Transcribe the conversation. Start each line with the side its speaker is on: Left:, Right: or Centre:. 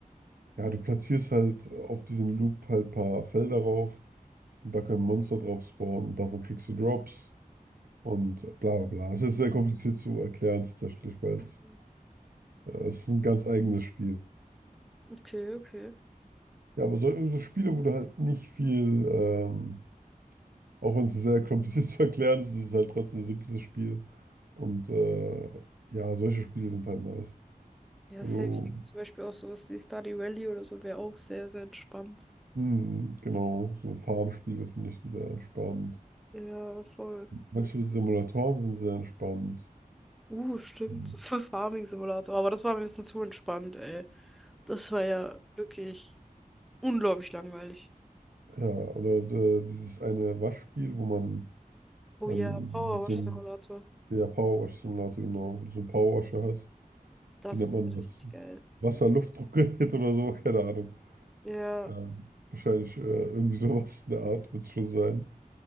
Right: ja, du platzierst halt auf diesen Loop halt ein paar Felder rauf und da können Monster drauf spawnen und davon kriegst du Drops und bla bla bla. Es ist sehr kompliziert zu erklären tatsächlich, weil
Centre: Mhm.
Right: es äh, es ist ein ganz eigenes Spiel.
Centre: Okay, okay.
Right: Ja, aber so, so Spiele, wo du halt nicht viel, ähm, auch wenn es sehr kompliziert <laughs> zu erklären ist, ist es halt trotzdem ein simples Spiel. Und äh, ja, solche Spiele sind halt nice.
Centre: Ja,
Right: Wo
Centre: safe
Right: du,
Centre: liegt zum Beispiel auch sowas wie Stardew Valley oder so wäre auch sehr, sehr entspannt.
Right: hm, genau, so Farmspiele finde ich sehr entspannt.
Centre: Ja, voll.
Right: Manche Simulatoren sind sehr entspannt.
Centre: Uh, stimmt.
Right: Ja,
Centre: <laughs> Für Farming Simulator. Aber das war ein bisschen zu entspannt, ey. Das war ja wirklich. Unglaublich langweilig.
Right: ja oder äh, dieses eine Waschspiel, wo man
Centre: Oh
Right: ähm,
Centre: ja, Powerwash-Simulator.
Right: so ein, ja, Powerwash-Simulator, genau, wo du so einen Powerwasher hast.
Centre: Das
Right: Wie nennt
Centre: ist
Right: man
Centre: richtig
Right: das?
Centre: geil.
Right: Wasser-Luftdruckgerät <laughs> oder so, keine Ahnung.
Centre: Ja,
Right: Ähm, wahrscheinlich äh, irgendwie <laughs> sowas in der Art wird es schon sein.